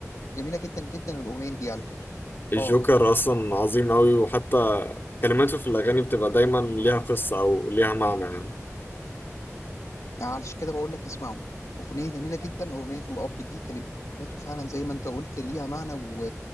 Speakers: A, on the left; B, on the left.
A: جميله جدا جدا الاغنيه دي على فكره
B: الجوكر
A: اه
B: اصلا عظيم قوي وحتى كلماته في الاغاني بتبقى دايما ليها قصة او ليها معنى يعني
A: علشان كده بقول لك اسمعوا اغنيه جميله جدا اغنيه الاب دي كلماته فعلا زي ما انت قلت ليها معنى و...